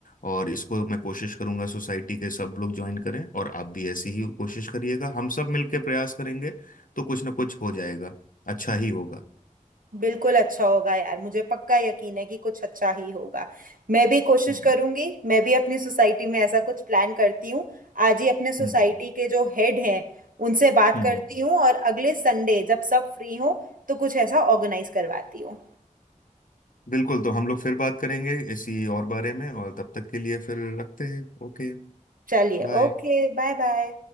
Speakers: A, on the left; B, on the right.
A: और इसको मैं कोशिश करूंगा सोसाइटी के सब लोग ज्वाइन करें और आप भी ऐसी ही कोशिश करिएगा हम सब मिलकर प्रयास करेंगे तो कुछ ना कुछ हो जाएगा अच्छा ही होगा
B: बिल्कुल अच्छा होगा यार मुझे पक्का यकीन है कि कुछ अच्छा ही होगा मैं भी कोशिश
A: हम्म
B: करूंगी मैं भी अपनी सोसाइटी में ऐसा कुछ प्लान करती हूँ आज ही अपने सोसाइटी
A: हम्म
B: के जो हेड हैं उनसे बात
A: हम्म
B: करती हूँ और अगले संडे जब सब फ्री हो तो कुछ ऐसा ऑर्गेनाइज करवाती हूँ
A: बिल्कुल तो हम लोग फिर बात करेंगे इसी और बारे में और तब तक के लिए फिर रखते हैं ओके
B: चलिए
A: बाय
B: ओके बाय बाय